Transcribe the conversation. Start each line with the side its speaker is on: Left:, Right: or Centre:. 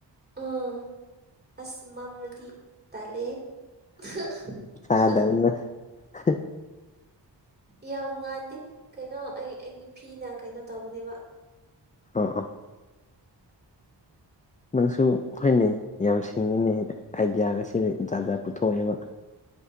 Right: ꯎꯝ ꯑꯁ ꯃꯝꯃꯗꯤ ꯇꯜꯂꯦꯌꯦ <unintelligible>
Left: ꯆꯥꯗꯕꯅ <unintelligible>
Right: ꯌꯥꯝ ꯉꯥꯟꯗꯦ ꯀꯩꯅꯣ ꯑꯩ ꯑꯩꯒꯤ ꯐꯤꯅ ꯀꯩꯅꯣ ꯇꯧꯕꯅꯦꯕ
Left: ꯑꯣ ꯑꯣ ꯅꯪꯁꯨ ꯍꯣꯏꯅꯦ ꯌꯥꯝ ꯁꯤꯡꯉꯤꯅꯦ ꯑꯥꯏꯗꯤꯌꯥꯒꯁꯤ ꯖꯥꯠ ꯖꯥꯠ ꯄꯨꯊꯣꯛꯑꯦꯕ